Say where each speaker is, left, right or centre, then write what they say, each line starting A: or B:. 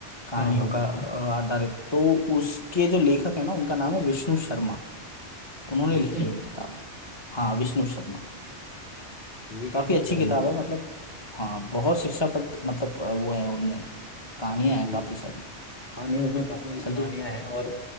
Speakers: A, on the left (about 25°); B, on the left (about 40°).
A: कहानियों
B: हाँ हाँ
A: का
B: हाँ
A: अ, आधारित तो उसके जो लेखक है ना उनका नाम है विष्णु शर्मा उन्होंने
B: विष्णु
A: लिखी है ये किताब हाँ विष्णु शर्मा
B: विष्णु
A: काफी अच्छी
B: शर्मा
A: किताब है मतलब हाँ
B: अच्छा
A: बहुत
B: अच्छा
A: शिक्षाप्रद मतलब अ, वो है उनमें कहानियां
B: जी जी
A: हैं काफी सारी
B: हाँ नहीं उसमें काफी
A: चलिए
B: कहानियां हैं और